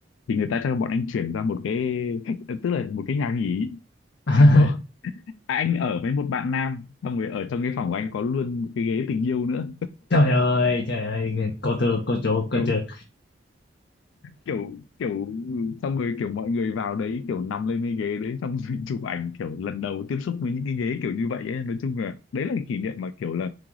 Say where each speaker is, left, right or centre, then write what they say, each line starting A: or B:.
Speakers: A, on the left; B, on the left.
A: thì người ta cho bọn anh chuyển ra một cái khách tức là một cái nhà nghỉ
B: <laughs>
A: <laughs> anh ở với một bạn nam xong rồi ở trong cái phòng của anh có luôn một cái ghế tình yêu nữa
B: trời ơi trời ơi cô tư cô chủ cô
A: kiểu
B: trượt
A: kiểu kiểu xong rồi kiểu mọi người vào đấy kiểu nằm lên cái ghế đấy xong rồi <laughs> chụp ảnh kiểu lần đầu tiếp xúc với những cái ghế kiểu như vậy ấy. Nói chung là đấy là kỷ niệm mà kiểu là